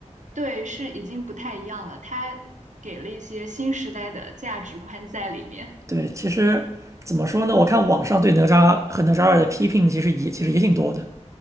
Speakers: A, on the right; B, on the right.
A: 对，是已经不太一样了，他给了一些新时代的价值观在里面，
B: 对，其实怎么说呢？我看网上对哪吒和哪吒二的批评其实也其实也挺多的，